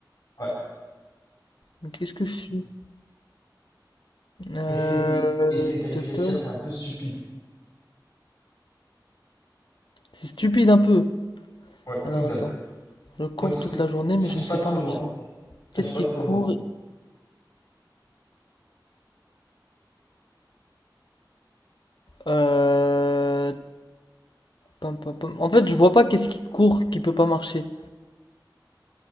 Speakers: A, on the left (about 50°); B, on the left (about 85°).
A: Ouais.
B: Mais qu'est-ce que je suis? Euh...
A: Essaye d'y- essaye de réfléchir,
B: tata.
A: c'est un peu stupide.
B: C'est stupide un peu.
A: Ouais,
B: Alors,
A: comme d'hab.
B: attends. Je cours
A: Moi, tu
B: toute
A: te...
B: la journée,
A: cherche
B: mais je ne sais
A: pas trop
B: pas marcher.
A: loin.
B: Qu'est-ce
A: Cherche pas
B: qui
A: trop
B: court?
A: loin.
B: Euh... pam, pam, pam. En fait, je vois pas qu'est-ce qui court qui peut pas marcher.